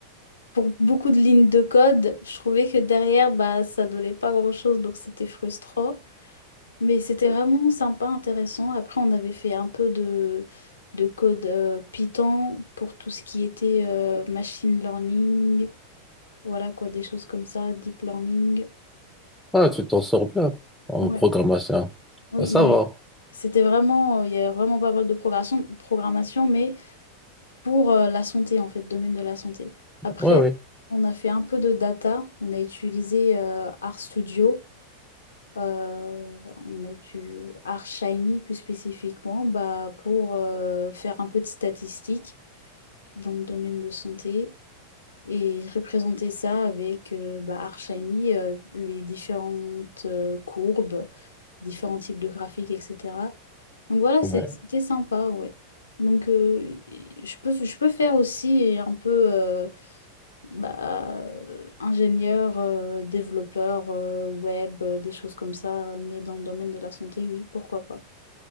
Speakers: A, on the left; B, in the centre.
A: pour beaucoup de lignes de code, je trouvais que derrière, bah, ça donnait pas grand-chose, donc c'était frustrant. Mais c'était vraiment sympa, intéressant. Après, on avait fait un peu de, de code euh, Python pour tout ce qui était euh, machine learning, voilà quoi, des choses comme ça, deep learning.
B: Ah, tu t'en sors bien en
A: Ouais,
B: programmation.
A: oui,
B: Ah, ça
A: il y avait-
B: va.
A: c'était vraiment, il y avait vraiment pas mal de progression- programmation, mais pour euh, la santé, en fait, domaine de la santé. Après,
B: Ouais,
A: on a fait un peu de data, on a utilisé euh, RStudio. Euh, on a du Shiny plus spécifiquement bah, pour euh, faire un peu de statistiques dans le domaine de santé et représenter ça avec euh, bah, Artshiny, euh, les différentes euh, courbes, différents types de graphiques, etc. Donc voilà,
B: oui.
A: c'est- c'était sympa, ouais. Donc euh, je peux, je peux faire aussi un peu euh, bah, euh, ingénieur, euh, développeur, euh, web, euh, des choses comme ça, euh, mais dans le domaine de la santé, oui, pourquoi pas.